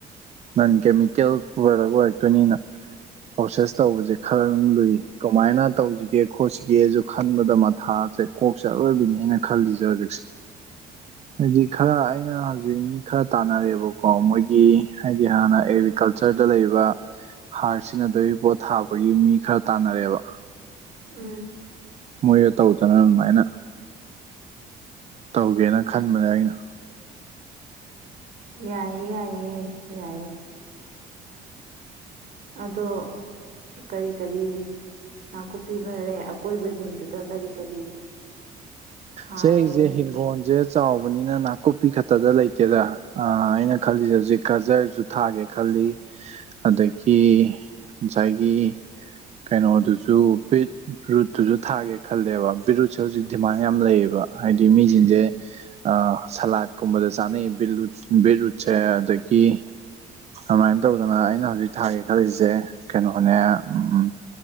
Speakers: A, on the right; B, on the right.
A: ꯅꯟꯀꯦꯃꯤꯀꯦꯜ ꯄ꯭ꯔꯣꯗꯛ ꯑꯣꯏꯔꯛꯇꯣꯏꯅꯤꯅ ꯄ꯭ꯔꯣꯁꯦꯁ ꯇꯧꯕꯖꯦ ꯈꯔ ꯗꯨꯝ ꯂꯨꯏ ꯀꯃꯥꯏꯅ ꯇꯧꯁꯤꯒꯦ ꯈꯣꯠꯁꯤꯒꯦꯁꯨ ꯈꯟꯕꯗ ꯃꯊꯥꯖꯦ ꯀꯣꯛ ꯆꯦꯔꯣꯏꯕꯤꯅꯤ ꯑꯩꯅ ꯈꯜꯂꯤꯖꯦ ꯍꯧꯖꯤꯛꯁꯦ ꯍꯥꯏꯗꯤ ꯈꯔ ꯑꯩꯅ ꯍꯧꯖꯤꯛ ꯃꯤ ꯈꯔ ꯇꯥꯟꯅꯔꯦꯕꯀꯣ ꯃꯣꯏꯒꯤ ꯍꯥꯏꯗꯤ ꯍꯥꯟꯅ ꯑꯦꯒ꯭ꯔꯤꯀꯜꯆꯔꯗ ꯂꯩꯕ ꯍꯥꯔ ꯁꯤꯖꯤꯟꯅꯗꯕꯤ ꯄꯣꯠ ꯊꯥꯕꯒꯤ ꯃꯤ ꯈꯔ ꯇꯥꯟꯅꯔꯦꯕ꯫
B: ꯎꯝ
A: ꯃꯣꯏꯗ ꯇꯧꯗꯅ ꯑꯗꯨꯃꯥꯏꯅ ꯇꯧꯒꯦꯅ ꯈꯟꯕꯅꯦ ꯑꯩꯅ꯫
B: ꯌꯥꯏꯌꯦ ꯌꯥꯏꯌꯦ ꯌꯥꯏꯌꯦ ꯑꯗꯣ ꯀꯔꯤ ꯀꯔꯤ ꯅꯥꯀꯨꯞꯄꯤ ꯐꯔꯦ ꯑꯀꯣꯏꯕꯖꯤꯡꯗꯨꯗ ꯀꯔꯤ ꯀꯔꯤ ꯊꯥꯒꯦꯅ
A: ꯆꯦ ꯑꯩꯖꯦ ꯍꯤꯡꯒꯣꯟꯖꯦ ꯆꯥꯎꯕꯅꯤꯅ ꯅꯥꯀꯨꯞꯄꯤ ꯈꯠꯇꯗ ꯂꯩꯇꯦꯗ ꯑ ꯑꯩꯅ ꯈꯜꯂꯤꯖꯦ ꯍꯧꯖꯤꯛ ꯒꯖꯔꯖꯨ ꯊꯥꯒꯦ ꯈꯜꯂꯤ ꯑꯗꯒꯤ ꯉꯁꯥꯏꯒꯤ ꯀꯩꯅꯣꯗꯨꯖꯨ ꯕꯤꯠ ꯔꯨꯠꯇꯨꯖꯨ ꯊꯥꯒꯦ ꯈꯥꯜꯂꯦꯕ ꯕꯤꯠꯔꯨꯠꯁꯦ ꯍꯧꯖꯤꯛ ꯗꯤꯃꯥꯟ ꯌꯥꯝ ꯂꯩꯌꯦ꯫ ꯕ ꯍꯥꯏꯗꯤ ꯃꯤꯖꯤꯡꯖꯦ ꯑ ꯁꯂꯥꯠꯀꯨꯝꯕꯗ ꯆꯥꯅꯩ ꯕꯤꯠꯂꯨꯠ ꯕꯤꯠꯔꯨꯠꯁꯦ ꯑꯗꯒꯤ ꯑꯃꯥꯏꯅ ꯇꯧꯗꯅ ꯑꯩꯅ ꯍꯧꯖꯤꯛ ꯊꯥꯒꯦ ꯈꯜꯂꯤꯁꯦ ꯀꯩꯅꯣꯅꯦ ꯎꯝ-ꯝ